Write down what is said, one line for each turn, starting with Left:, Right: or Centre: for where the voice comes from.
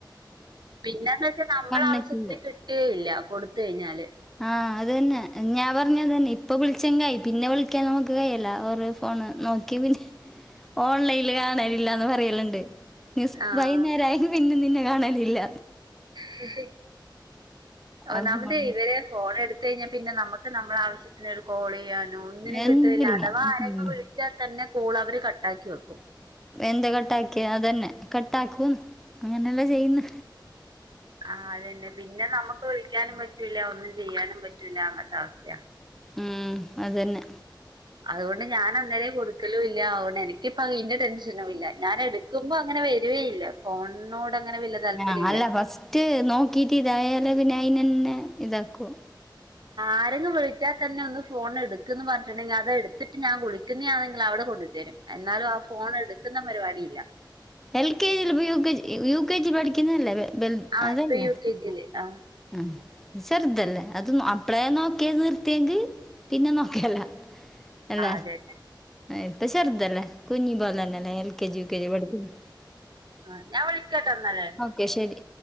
Right: പിന്നെന്ന് വെച്ചാ നമ്മളെ
Centre: വന്നിട്ടുണ്ട്
Right: ആവശ്യത്തിന് കിട്ടുവെ ല്ല കൊടുത്തു കഴിഞ്ഞാല്
Centre: ആഹ് അതന്നെ ങ്ങാ പറഞ്ഞതന്നെ ഇപ്പൊ വിളിച്ചങ്കെ ആയി പിന്നെ വിളിക്കാൻ നമുക്ക് കൈയല്ല ഓരോ ഫോൺ നോക്കിയൊക്കെ ചെയ്യും ഓൺലൈനില് കാണലില്ലാ ന്ന് പറയലുണ്ട്. <unintelligible>
Right: ആഹ്
Centre: വൈന്നേരം ആയങ്ക പിന്നെ നിന്നെ കാണാലില്ല.
Right: ഹു ഹ് ഒന്നാമതേയ്
Centre: അപ്പൊ
Right: ഇവരെ ഫോൺ എടുത്തഴിഞ്ഞാ പിന്നെ നമുക്ക് നമ്മൾ ആവശ്യ പിന്നൊരു കോൾ ചെയ്യാനോ ഒന്നിനും
Centre: എന്തില്ല
Right: കിട്ടല്ല അഥവാ
Centre: ഉം
Right: ആരങ്ങും വിളിച്ചാൽ തന്നെ കോൾ അവര് കട്ടാക്കി വെക്കും.
Centre: ന്തേയ്‌ കട്ടാക്കിയെ അതന്നെ കട്ടാക്കും അങ്ങനെല്ലാം ചെയ്യുന്നു.
Right: ആ അതന്നെ പിന്നെ നമുക്ക് വിളിക്കാനും പറ്റൂല്ല ഒന്നും ചെയ്യാനും പറ്റൂല്ല അങ്ങത്തെ അവസ്ഥയാ
Centre: ഉം അതന്നെ
Right: അതുകൊണ്ട് ഞാന ന്നേരം കൊടുക്കലും ഇല്ല അതൊണ്ട് എനിക്കിപ്പ അതിന്റെ ടെൻഷ ഷനൂല ഞാൻ എടുക്കുമ്പോ അങ്ങനെ വരുവയില്ല ഫോണോട് അങ്ങനെ വല്യ താല്പര്യം
Centre: ആഹ്
Right: ഇല്ല
Centre: അല്ല ഫസ്റ്റ് നോക്കീട്ട് ഇതായാലെ പിന്നെ അയിനന്നെ ഇതാക്കും.
Right: ആരെങ്കും വിളിച്ചാ തന്നെ ഒന്ന് ഫോൺ എടുക്ക് ന്ന് പറഞ്ഞി ട്ടുണ്ടെങ്കി അത് എടുത്തിട്ട് ഞാൻ വിളിക്കുതാണെങ്കിൽ അവിടെ കൊണ്ട് ത രും എന്നാലോ ആ ഫോൺ എടുക്കുന്ന പരിപാടിയില്ല
Centre: എൽ കെ ജി പ്പൊ U K G U K G പഠിക്കുന്നതല്ലേ ബൽ
Right: ആ
Centre: അതല്ലേ?
Right: ഇപ്പൊ യു കെ ജി ല് ആഹ്
Centre: ആഹ് ചെറുതല്ലേ അത് അപ്പളേ നോക്കിയത് നിർത്തിയെങ്കിൽ പിന്നെ നോക്കല്ല അല്ലേ
Right: അതെ
Centre: ഇപ്പൊ ചെറുതല്ലേ കുഞ്ഞി പോലന്നെല്ലേ L K G U K G പഠിക്കുന്നു
Right: ആ ഞാൻ വിളിക്കാട്ടോ ന്നാ ല്
Centre: ഓക്കെ ശരി